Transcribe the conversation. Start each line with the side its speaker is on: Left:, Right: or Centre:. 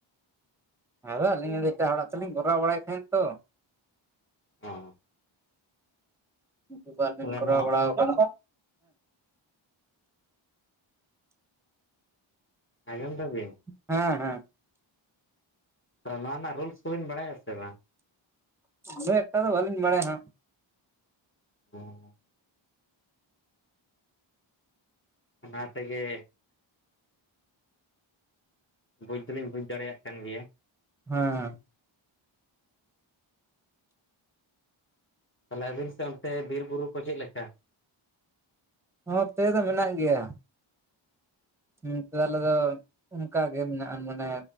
Centre: ᱟᱫᱚ ᱟᱹᱞᱤᱧ ᱮᱴᱟᱜ ᱦᱚᱲᱟᱜ ᱛᱮᱞᱤᱧ ᱠᱚᱨᱟᱣ ᱵᱟᱲᱟᱭᱮᱫ ᱛᱟᱦᱮᱸᱱ ᱛᱚ
Left: ᱦᱚ
Centre: ᱩᱱᱠᱩ ᱵᱟᱨ ᱫᱤᱱ
Left: ᱛᱟᱦᱚᱞᱮ
Centre: ᱠᱚᱨᱟᱣᱵᱟᱲᱟ
Left: ᱱᱚᱣᱟ
Centre: ᱠᱟᱱᱟ᱾
Left: ᱟᱡᱚᱢ ᱫᱟᱵᱤᱱ?
Centre: ᱦᱮᱸ ᱦᱮᱸ᱾
Left: ᱨᱟᱱᱟ ᱨᱮᱱᱟᱜ ᱨᱩᱞᱥ ᱠᱚᱵᱤᱱ ᱵᱟᱲᱟᱭᱟ ᱥᱮ ᱵᱟᱝ?
Centre: ᱩᱱᱟᱹᱜ ᱮᱠᱴᱟ ᱫᱚ ᱵᱟᱹᱞᱤᱧ ᱵᱟᱲᱟᱭᱟ ᱦᱟᱸᱜ ᱾
Left: ᱦᱚ ᱚᱱᱟ ᱛᱮᱜᱮ ᱵᱩᱡᱽ ᱫᱚᱞᱤᱧ ᱵᱩᱡᱽ ᱫᱟᱲᱮᱭᱟᱜ ᱠᱟᱱ ᱜᱮᱭᱟ᱾
Centre: ᱦᱚᱸᱻ
Left: ᱛᱟᱦᱚᱞᱮ ᱟᱵᱤᱱ ᱥᱮᱫ ᱚᱱᱛᱮ ᱵᱤᱨ ᱵᱩᱨᱩ ᱠᱚ ᱪᱮᱫ ᱞᱮᱠᱟ?
Centre: ᱦᱚᱸ ᱱᱚᱛᱮ ᱫᱚ ᱢᱮᱱᱟᱜ ᱜᱮᱭᱟ᱾ ᱦᱩᱸ ᱱᱚᱛᱮ ᱫᱚ ᱟᱞᱮ ᱫᱚ ᱚᱱᱠᱟ ᱜᱮ ᱢᱮᱱᱟᱜᱼᱟ, ᱢᱟᱱᱮ